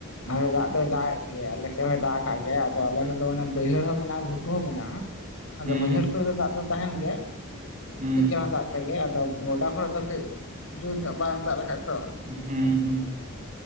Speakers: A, on the left; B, on the right.
A: ᱟᱞᱮ ᱫᱟᱜ ᱫᱚᱭ ᱫᱟᱜ ᱮᱫ ᱜᱮᱭᱟ᱾ ᱟᱞᱮᱥᱮᱫ ᱦᱳᱭ ᱫᱟᱜ ᱟᱠᱟᱫ ᱜᱮ, ᱟᱫᱚ ᱟᱞᱮ ᱥᱮᱫ ᱫᱚ ᱚᱱᱮ ᱵᱟᱹᱭᱦᱟᱹᱲ ᱦᱚᱸ ᱢᱮᱱᱟᱜᱼᱟ᱾ ᱜᱷᱩᱴᱩ ᱦᱚᱸ ᱢᱮᱱᱟᱜᱼᱟ ᱾ ᱟᱫᱚ
B: ᱦᱩᱸ
A: ᱵᱟᱹᱭᱦᱟᱹᱲ ᱠᱚᱨᱮ ᱫᱚ ᱫᱟᱜ ᱫᱚ ᱛᱟᱦᱮᱱ ᱜᱮᱭᱟ᱾
B: ᱦᱩᱸ
A: ᱠᱟᱹᱡ ᱪᱮᱞᱟᱝ ᱫᱟᱜ ᱛᱮᱜᱮ ᱟᱫᱚ ᱜᱚᱰᱟ ᱠᱚᱨᱮ ᱫᱚ ᱠᱟᱹᱡ ᱡᱳᱨ ᱧᱚᱜ ᱵᱟᱝ ᱫᱟᱜ ᱞᱮᱠᱷᱟᱡ ᱛᱚ
B: ᱦᱩᱸ ᱦᱩᱸ